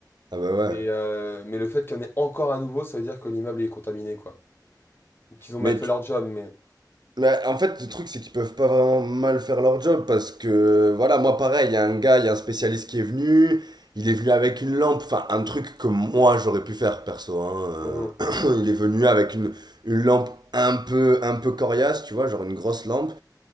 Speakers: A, on the right; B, on the left.
A: Ah bah
B: Mais,
A: ouais.
B: heu, mais le fait qu'il y en ait encore à nouveau, ça veut dire que l'immeuble est contaminé, quoi. Ou qu'ils ont mal
A: Mais
B: fait leur job, mais
A: mais en fait, le truc, c'est qu'ils peuvent pas vraiment mal faire leur job parce que, voilà, moi pareil, il y a un gars, il y a un spécialiste qui est venu, il est venu avec une lampe, enfin, un truc que moi j'aurais pu faire perso, hein. euh,
B: mmh
A: <clears throat> <coughs> il est venu avec une, une lampe un peu, un peu coriace, tu vois, genre une grosse lampe.